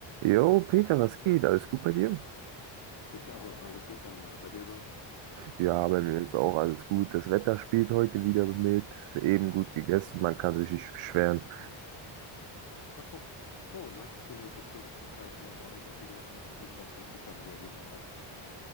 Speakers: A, on the right (about 80°); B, on the left (about 45°).
A: Jo, Peter, was geht? Alles gut bei dir?
B: Ja, alles gut bei mir. Bei dir so?
A: Ja, bei mir ist auch alles gut. Das Wetter spielt heute wieder mit. Eben gut gegessen, man kann sich nicht beschweren.
B: Apropos, meintest du nicht, dass du in letzter Zeit neue Hobbys aufgegriffen hast? Irgendwas, was sich da bei dir ergeben hat?